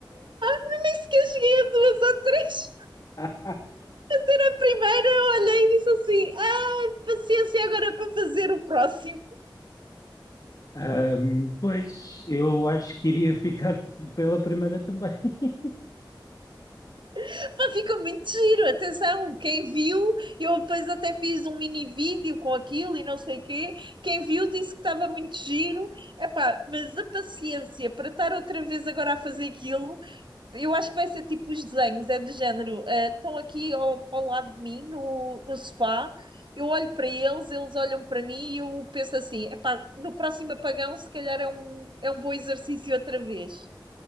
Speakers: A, on the right; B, on the left.
A: Nem sequer cheguei a duas ou três.
B: <laughs>
A: A primeira eu olhei e disse assim: ah, paciência agora para fazer o próximo.
B: Ahm, pois, eu acho que iria ficar pela primeira também. <laughs>
A: <laughs> Pá, ficou muito giro, atenção. Quem viu, eu depois até fiz um mini vídeo com aquilo e não sei o quê. Quem viu disse que estava muito giro. Epá, mas a paciência para estar outra vez agora a fazer aquilo Eu acho que vai ser tipo os desenhos, é do género. eh, estão aqui ao, ao lado de mim, no, no sofá, eu olho para eles, eles olham para mim e eu penso assim: epá, no próximo apagão, se calhar é um, é um bom exercício outra vez.